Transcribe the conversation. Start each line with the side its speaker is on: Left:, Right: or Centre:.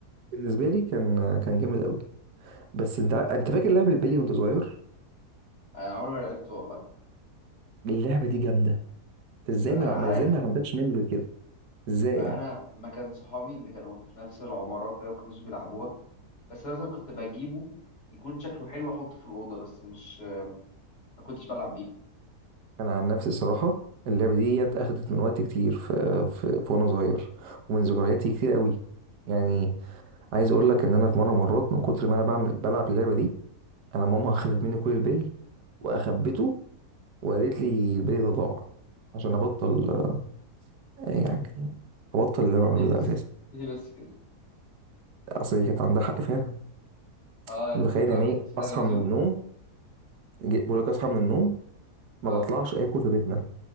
Right: بالنسبه لي كان كان جامد قوي بس انت ع- انت فاكر لعب البلي وانت صغير
Left: انا عمري ما لعبت والله
Right: اللعبه دي جامده انت ازاي
Left: انا
Right: ما ما-
Left: عارف
Right: ازاي ما عندكش ميموري كده ازاي
Left: ما
Right: يعني
Left: انا ما كان صحابي اللي كانوا في نفس العماره وكده ما كانوش بيلعبوها بس انا مثلا كنت بجيبه يكون شكله حلو احطه في الاوضه بس مش ما كنتش بلعب بيه
Right: انا عن نفسي صراحه اللعبه دي اخدت من وقت كتير في, في, في وانا صغير ومن ذكرياتي كتير قوي يعني عايز اقول لك ان انا في مره مرات من كتر ما انا بعمل بلعب اللعبه دي انا ماما <laughs> اخدت مني كل البلي واخبته وقالت لي البلي ده ضاع عشان ابطل آه، يعني ابطل اللي
Left: قلت
Right: انا
Left: ليه
Right: بعمله ده
Left: بس
Right: اساسا
Left: ليه بس كده
Right: اصل هي كانت عندها حق فعلا
Left: اه
Right: انت
Left: انت
Right: متخيل
Left: كنت بتلعب
Right: يعني
Left: كتير
Right: ايه
Left: زيادة
Right: اصحى
Left: عن اللزوم
Right: من النوم جي- بقول لك اصحى من النوم
Left: اه
Right: ما بطلعش اكل في بيتنا